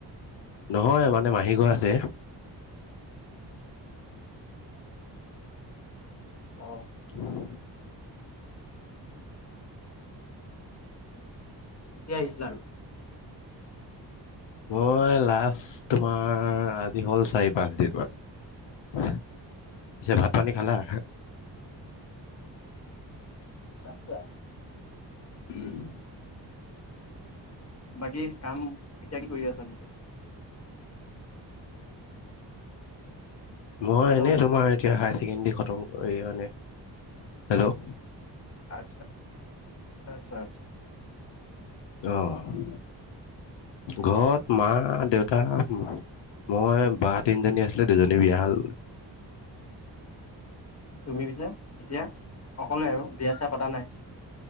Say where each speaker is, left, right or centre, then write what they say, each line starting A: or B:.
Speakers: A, on the left; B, on the left.
A: নহয় মানে মাহী ঘৰ আছে। <unintelligible>
B: অ কেতিয়া আহিছিলা,
A: মই লাষ্ট তোমাৰ আজি হ'ল চাৰি পাঁচদিন মান। পিছে ভাত পানী খালা।
B: <unintelligible>
A: <inaudible>
B: বাকী কাম এতিয়া কি কৰি আছা পিছে?
A: মই
B: হেল্ল'
A: এনেই তোমাৰ এতিয়া হায়াৰ ছেকেণ্ডৰী খতম কৰি মানে হেল্ল',
B: আচ্ছা আচ্ছা- আচ্ছা।
A: অহ, ঘৰত মা, দেউতা মই বাহ তিনিজনী আছিলে দুজনী বিয়া হ'ল।
B: তুমি পিছে এতিয়া অকলে আৰু বিয়া চিয়া পাতা নাই?